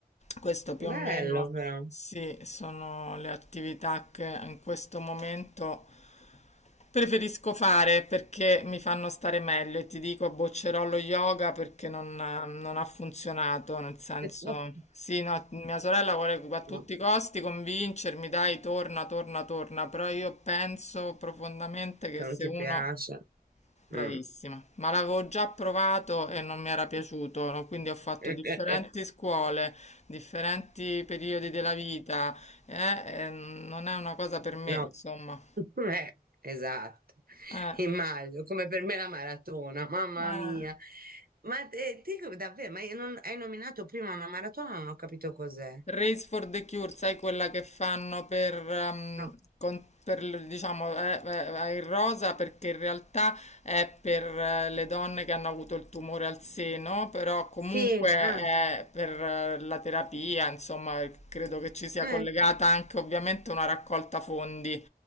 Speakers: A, on the left; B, on the right.
A: Questo più
B: bello
A: o meno
B: però.
A: sì, sono le attività che in questo momento Preferisco fare perché mi fanno stare meglio e ti dico boccerò lo yoga perché non, non ha funzionato, nel senso,
B: <laughs>
A: sì, no, mia sorella vuole a tutti
B: No,
A: i costi convincermi, dai, torna, torna, torna, però io penso profondamente che
B: se
A: se
B: non ti
A: uno...
B: piace.
A: Bravissima,
B: mm.
A: ma l'avevo già provato e non mi era piaciuto, no? Quindi ho fatto
B: <laughs>
A: differenti scuole, differenti periodi della vita, eh, e non è una cosa per me,
B: No,
A: insomma.
B: <laughs> Eh, esatto,
A: Eh,
B: immagino, come per me la maratona, mamma
A: eh.
B: mia. Ma te, te davvero, ma io non- hai nominato prima una maratona, non ho capito cos'è.
A: Race for the Cure, sai quella che fanno per, ehm,
B: No.
A: con- per, diciamo, eh, eh, eh, il rosa perché in realtà è per eh, le donne che hanno avuto il tumore al seno, però comunque
B: Sì,
A: è
B: ah,
A: per eh, la terapia, insomma, credo che ci sia
B: eh,
A: collegata anche ovviamente una raccolta fondi,